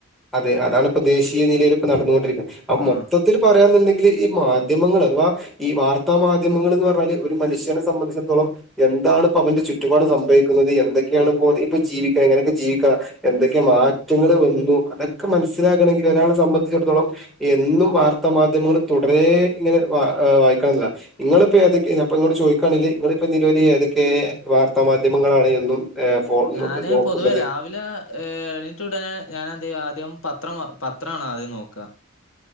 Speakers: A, in the centre; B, on the left.
A: അതെ അതാണ് ഇപ്പ ദേശീയ നിലയിൽ ഇപ്പ നടന്ന്കൊണ്ടിരിക്കുന്ന് അപ്പ
B: ആ
A: മൊത്ത ത്തിൽ പറയാന്ന്ണ്ടെങ്കിൽ ഈ മാധ്യമങ്ങൾ അഥവാ ഈ വാർത്താ മാധ്യമങ്ങൾന്ന് പറഞ്ഞാല് ഒരു മനുഷ്യനെ സംബന്ധിച്ചട്ത്തോളം എന്താണ് പ്പ അവന്റെ ചുറ്റുപാട് സംഭവിക്കുന്നത് എന്തക്കെണ് ഇപ്പോ ഇപ്പ ജീവിക്ക എങ്ങനെക്കെ ജീവിക്ക എന്തക്കെ മാറ്റങ്ങൾ വന്നു അതൊക്കെ മനസ്സിലാകണങ്കിൽ ഒരാളെ സംബന്ധിച്ചട്ത്തോളം എന്നും വാർത്താ മാധ്യമങ്ങൾ തുടരെ ഇങ്ങനെ വ വായിക്കണില്ല ഇങ്ങൾപ്പ ഏതൊക്കെ ഞാ ഇപ്പ ഇങ്ങളോട് ചോയിക്കാണെങ്കി ഇങ്ങൾപ്പോ നിലവിൽ ഏതക്കെ വാർത്ത മാധ്യമങ്ങളാണ് എന്നും ഏഹ് ഫോ
B: ഞാന്
A: നോക്കുന്നത്?
B: പൊതുവേ രാവിലെ ഏഹ് എണീറ്റ ഉടനെ ഞാൻ എന്തിയും ആദ്യം പത്രം വ പത്രാണ് ആദ്യം നോക്ക